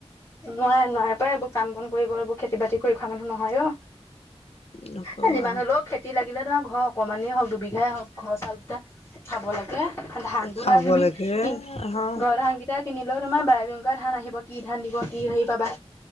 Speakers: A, on the left; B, on the left.
A: নোৱাই নোৱাই পাই এইবোৰ কাম বন কৰিব এইবোৰ খেতি বাতি কৰি খোৱাব মানুহ নহয় অ।
B: নকবা
A: এই যিমান হ'লেও খেতি। খেতি লাগিলে ধৰা ঘৰৰ অকমানেই হওঁক দুবিঘাই হওঁক ঘৰৰ চাউল কেইটা খাব লাগে। ধানতো
B: খাব
A: ধৰা তুমি
B: লাগে
A: কিন
B: হা
A: ঘৰ ধানকেইটা কিনিলেও তোমাৰ বায় বিং ধান আহিব। কি ধান দিব। কি হেৰি পাবা।